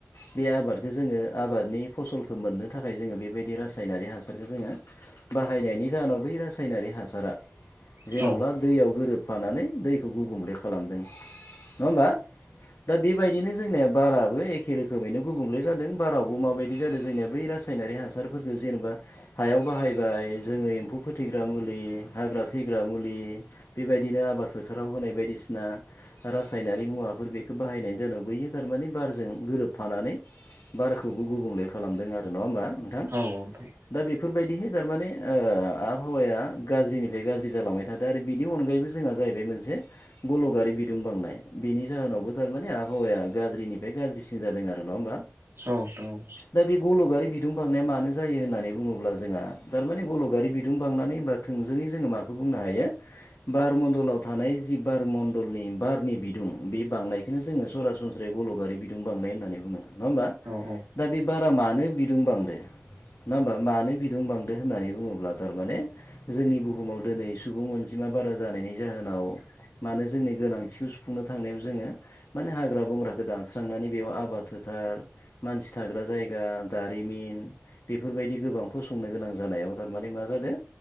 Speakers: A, on the left; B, on the right.
A: बे आबादखौ जोङो आबादनि फसलखौ मोननो थाखाय जोङो बेबायदि रासायनारि हासार। ओरैनो जोङो बाहायनायनि जाहोनाव बै रासायनारि हासारा
B: औ
A: जेन'ब्ला
B: औ
A: दैयाव गोरोब। फानानै दैखौ गुबुंले खालामदों नडां हामलबा दा बेबादि। बिदिनो जोंनिया बाराबो एखे रोखोमैनो गुबुंले जादों बारावबो माबायदि जादों जोंनिया बै राज। यनारि हासारफोरखौ जेनेबा। हायाव बाहायबाय जोङो एम्फौ फोथैग्रा मुलि हाग्रा थैग्रा मुलि। बेबायदिनो आबाद फोथाराव होनाय बायदिसिना। रासायनारि मुवाफोर बेखौ बाहायनायनि जोहोनाव गबैयो थारमाने बारजों गोरोबफानानै। बाराखौबो गुबुंले खालामदों आरो नङा होमबा नोंथां।
B: अ‌ नोंथां।
A: दा बेफोरबायदिहै थारमाने ओ आबहावाया गाज्रिनिफ्राय गाज्रि जालांबाय थादों। दा आरो बिनि अनगायैबो जोंहा जाहैबाय मोनसे। गल'गारि बिदुं बांनाय बिनि जाहोनावबो थारमाने आबहावाया गाज्रिनिफ्राय गाज्रिसिन जादों आरो नङा होमबा।
B: औ औ।
A: दा बे गल'गारि बिदुं बांनाया मानो जायो होननानै। बुङोब्ला जोंहा थारमाने गल'गारि बिदुं बांनानै होमबा थोंजोङै जोङो माखौ बुंनो हायो। बारमण्डलाव थानाय जि बारमण्डलनि बारनि बिदुं बे बांनायखौ। बेखौनो जो सरासनस्राय गल'गारि बिदुं बांनाय होन्नानै बुङो नङा होमबा।
B: औ औ।
A: दा बे बारा मानो बिदुं बांदों नङा होमबा। मानो बिदुं बांदो होननानै बुङोब्ला थारमाने। जोंनि बुहुमाव दिनै सुबुं अनजिमा बारा जानायनि जाहोनाव। मानो जोंनि गोनांथिखौ सुफुंनो थांनायाव जोङो। माने हाग्रा बंग्राखौ दानस्रांनानै बेयाव आबाद फोथार। मानसि थाग्रा जायगा दारिमिन बेफोरबायदि। गोबां संनो गोनां जानायाव थारमाने मा जादों।